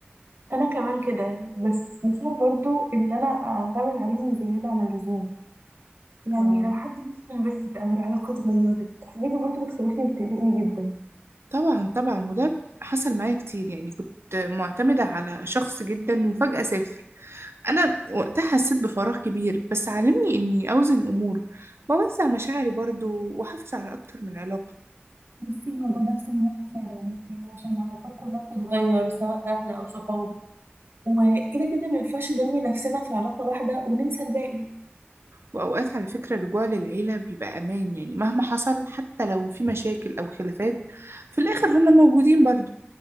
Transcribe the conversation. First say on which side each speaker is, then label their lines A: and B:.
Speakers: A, on the right; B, on the right.
A: انا كمان كده بس بخاف برضو ان انا اعتمد عليهم زياده عن اللزوم يعني
B: آه،
A: لو حد منهم بعد او العلاقه اتغيرت الحاجات دي برضو بتخوفني وبتقلقني جدا
B: طبعا طبعا وده حصل معايا كتير يعني كنت معتمدة على شخص جدا وفجأة سافر انا وقتها حسيت بفراغ كبير بس علمني اني اوزن الامور واوزع مشاعري برضو واحافظ على اكتر من علاقة
A: بصي هو ده درس مهم فعلا يعني عشان العلاقات كلها بتتغير سواء اهل او صحاب وكده كده ما ينفعش نرمي نفسنا في علاقه واحده وننسى الباقي
B: وأوقات على فكرة الرجوع للعيلة بيبقى أمان يعني مهما حصل حتى لو في مشاكل أو خلافات في الآخر هما موجودين برضو